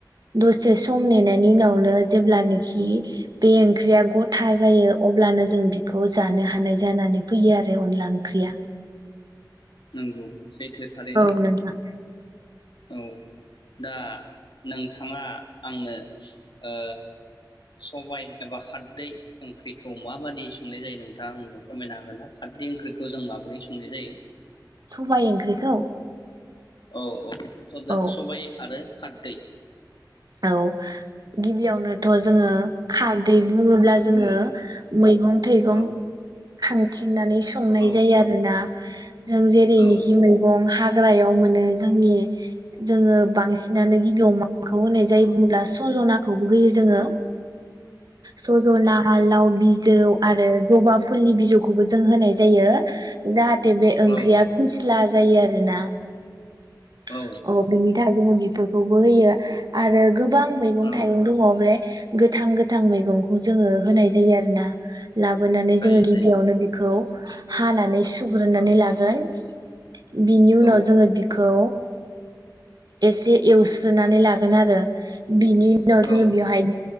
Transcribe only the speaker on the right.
दसे सम नेनायनि उनावनो जेब्लानोखि बे ओंख्रिया गथा जायो अब्लानो जों बिखौ खौ जानो हानाय जानानै फैयो आरो अनला ओंख्रिया
औ नोंथां
सबाय ओंख्रिखौ।
औ
औ गिबियावनोथ' जोङो खारदै बुङोब्ला जोङो
मैगं थाइगं
खानथि नानै संनाय
जायो आरो ना जों जेरैनिखि
मैगं हाग हाग्रायाव मोनो जोंनि जोङो बांसिनानो गिबियाव मा <unintelligible> जाय बुङोब्ला सजनाखौबो होयो जोङो। सजना आल लाउ बिजौ आरो जबा फुलनि बिजौखौबो जों होनाय जायो जाहा बे ओंख्रिया
फिस्ला जायो आरो ना? <unintelligible>
बोखौबो होयो आरो गोबां मैगं
थाइगं दङ बे गोथां गो गोथां मैगंखौ जोङो होनाय जायो आरो ना। लाबोनानै
जोङो गिबियावनो
बिखौ हानानै सुग्रोनानै लागोन। बिनि उनाव
जोङो बिखौ एसे एवस्रोनानै लागोन आरो। बिनि उनाव जोङो
बेवहाय